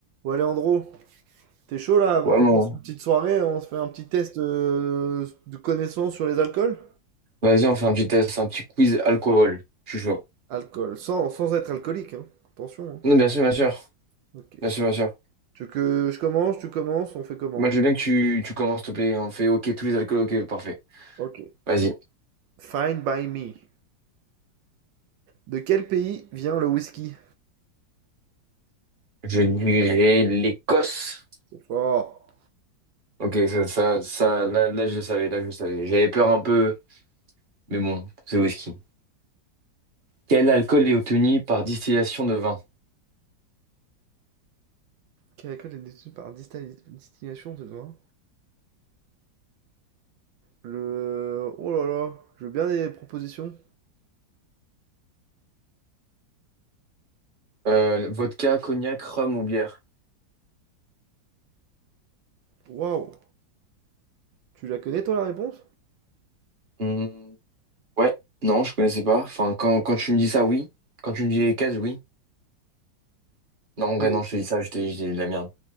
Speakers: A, on the right; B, on the right.
A: Ouais, Léandro, t'es chaud là avant
B: Ouais,
A: qu'on
B: mon.
A: fasse une petite soirée, on se fait un petit test euh, de connaissance sur les alcools?
B: Vas-y, on fait un petit test, un petit quiz alcool. Je suis chaud.
A: Alcool, sans, sans être alcoolique, hein. Attention, hein.
B: Non, bien sûr, bien sûr.
A: Ok.
B: Bien sûr, bien sûr.
A: Tu veux que je commence, tu commences, on fait comment?
B: Moi, je veux bien que tu, tu commences, s'il te plaît. On fait OK, tous les alcools, OK, parfait.
A: Ok.
B: Vas-y.
A: Fine by me. De quel pays vient le whisky?
B: Je dirais l'Écosse.
A: C'est fort.
B: OK, ça, ça, ça, là, là, je le savais, là, je le savais. J'avais peur un peu, mais bon, c'est whisky. Quel alcool est obtenu par distillation de vin?
A: Quel alcool est détenu par distal- distillation de vin? Le... Oh là là, je veux bien des propositions.
B: Euh, vodka, cognac, rhum ou bière?
A: Waouh. Tu la connais toi la réponse?
B: Hmm, ouais, non, je connaissais pas. Enfin, quand, quand tu me dis ça, oui. Quand tu me dis les cases, oui. Non, en vrai,
A: Oui.
B: non, je te dis ça, je te je te dis de la merde.